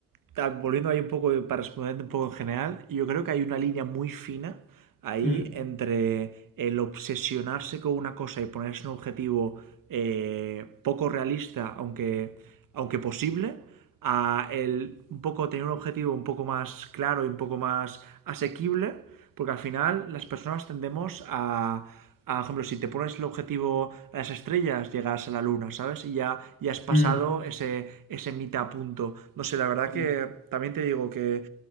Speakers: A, on the right; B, on the left.
A: ta- volviendo ahí un poco eh, para responder un poco en general, yo creo que hay una línea muy fina ahí
B: Mm,
A: entre el obsesionarse con una cosa y ponerse un objetivo eh, poco realista, aunque, aunque posible, a el un poco tener un objetivo un poco más claro y un poco más asequible, porque al final las personas tendemos a a, por ejemplo, si te pones el objetivo a las estrellas, llegas a la luna, ¿sabes? Y ya, ya has pasado
B: mm,
A: ese, ese mitad punto. No sé, la verdad que
B: mm,
A: también te digo que